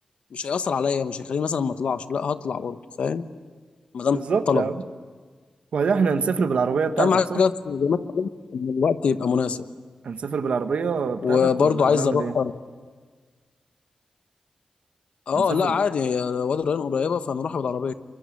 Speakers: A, on the left; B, on the right.
A: مش هيأثر عليا مش هيخليني مثلا ما أطلعش لا هطلع برضه فاهم ما دام
B: بالظبط
A: طلبت
B: يا عم وبعدين احنا هنسافر بالعربيه بتاعتك
A: اهم حاجه
B: صح؟
A: بس زي ما انت قلت ان الوقت يبقى مناسب
B: هنسافر بالعربيه بتاعتك
A: وبرضه
B: ولا
A: عايز
B: نعمل
A: اروح
B: ايه؟
A: اه
B: هنسافر
A: لا عادي هي وادي الريان قريبه فهنروحها بالعربيه